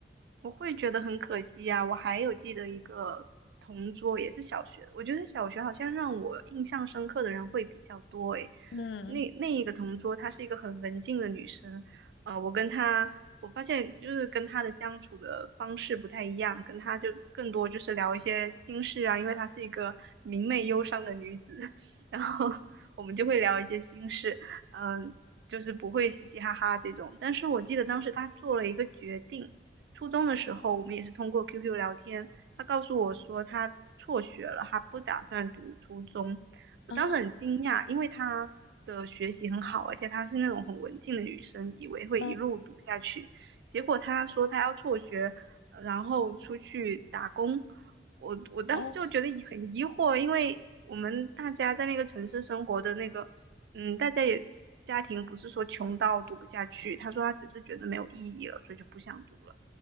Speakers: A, on the right; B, on the left.
A: 我会觉得很可惜呀、我还有记得一个同桌，也是小学的。我觉得小学好像让我印象深刻的人会比较多诶。
B: 嗯，
A: 那那一个同桌，她是一个很文静的女生。呃，我跟她，我发现就是跟她的相处的方式不太一样，跟她就更多就是聊一些心事啊，因为她是一个明媚忧伤的女子，<laughs> 然后我们就会聊一些心事，嗯、就是不会嘻嘻哈哈这种。但是我记得当时她做了一个决定。初中的时候，我们也是通过 QQ 聊天，他告诉我说他辍学了，他不打算读初中。
B: 啊，
A: 我当时很惊讶，因为他的学习很好，而且她是那种很文静的女生，以为会一路读下去。
B: 嗯，
A: 结果他说她要辍学，呃然后出去打工。我我当时就觉得很疑惑，
B: 哦，
A: 因为我们大家在那个城市生活的那个，嗯，大家也家庭不是说穷到读不下去。他说他只是觉得没有意义了，所以就不想读了。